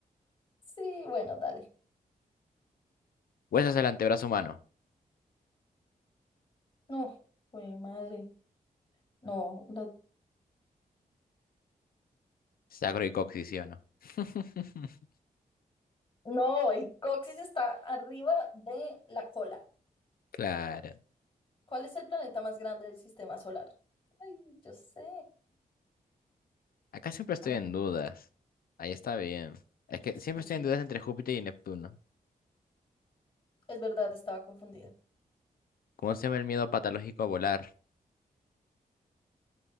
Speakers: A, on the left (about 35°); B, on the left (about 85°).
A: Sí, bueno, dale.
B: Huesos del antebrazo humano.
A: No, mi madre. No, la-
B: Sacro y coxis, ¿sí o no? <laughs>
A: no, el coxis está arriba de la cola.
B: Claro.
A: ¿Cuál es el planeta más grande del sistema solar? Ay, yo sé.
B: Acá siempre estoy
A: Ay,
B: en
A: no.
B: dudas. Ahí está bien. Es que
A: Sí,
B: siempre estoy
A: sí.
B: en dudas entre Júpiter y Neptuno.
A: Es verdad, estaba confundida.
B: ¿Cómo se llama el miedo patológico a volar?